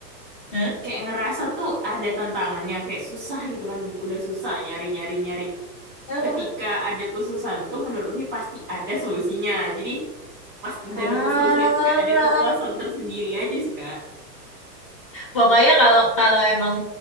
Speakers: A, on the left; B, on the right.
A: Hah?
B: kayak ngerasa tuh ada tantangannya, kayak susah gitu kan. Udah susah nyari-nyari-nyari.
A: Iya, oh,
B: Ketika
A: oh.
B: ada khususan tuh menurut Lutfi pasti ada solusinya. Jadi pas udah
A: Ah,
B: nemu solusinya tuh kayak ada kepuasan tersendiri aja sih Kak.
A: pokoknya kalau kalau emang